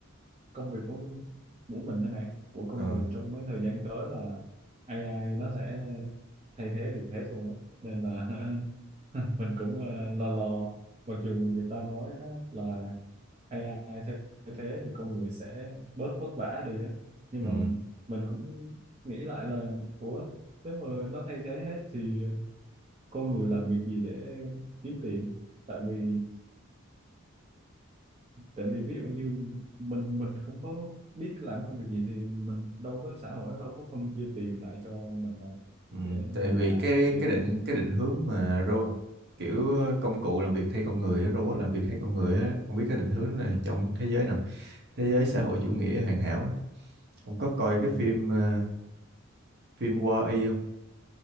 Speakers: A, on the right; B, on the right.
A: công việc của của mình đây này của con
B: Ờ,
A: người trong mấy thời gian tới là AI nó sẽ thay thế được hết luôn á nên là <laughs> mình cũng ờ, lo lo mặc dù người ta nói á, là AI thay thay thế thì con người sẽ bớt vất vả đi á nhưng
B: ừ,
A: mà mình cũng nghĩ lại là ủa nếu mà nó thay thế hết thì con người làm việc gì để kiếm tiền tại vì tại vì ví dụ như mình mình không có biết làm công việc gì thì mình đâu có xã hội nó đâu có phân chia tiền lại cho mình đâu
B: ừ.
A: để mình
B: tại vì
A: làm
B: cái
A: thì
B: cái định cái định hướng mà ro kiểu công cụ làm việc thay con người á, robot làm việc thay con người á không biết cái định hướng là trong thế giới nào thế giới xã hội chủ nghĩa hoàn hảo á ông có coi cái
A: ừ,
B: phim ờ, phim Wall-E không